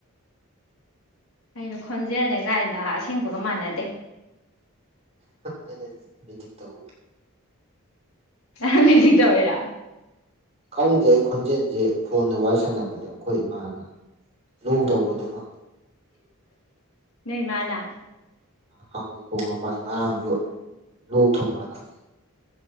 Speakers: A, on the left; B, on the right.
A: ꯀꯩꯅꯣ ꯈꯣꯟꯖꯦꯜꯅꯦ ꯒꯥꯏꯅ ꯑꯁꯦꯡꯕꯒ ꯃꯥꯟꯅꯗꯦ
B: ꯑꯩꯅ ꯃꯦꯖꯤꯛ ꯇꯧꯕ
A: ꯅꯪ ꯃꯦꯖꯤꯛ ꯇꯧꯏꯔꯣ
B: ꯈꯪꯗꯦ ꯑꯩ ꯈꯣꯟꯖꯦꯜꯖꯦ ꯐꯣꯟꯗ ꯋꯥꯔꯤ ꯁꯥꯟꯅꯕꯗꯣ ꯑꯩꯈꯣꯏ ꯏꯃꯥꯅ ꯂꯣꯛ ꯊꯣꯡꯕ ꯑꯗꯨꯝ ꯍꯪ
A: <inaudible> ꯅꯣꯏ ꯃꯥꯅ
B: ꯍꯉꯣꯏ ꯈꯣꯡꯕ ꯃꯥ ꯉꯔꯥꯡꯖꯨ ꯂꯣꯛ ꯊꯨꯡꯕ꯭ꯔꯅ ꯍꯪ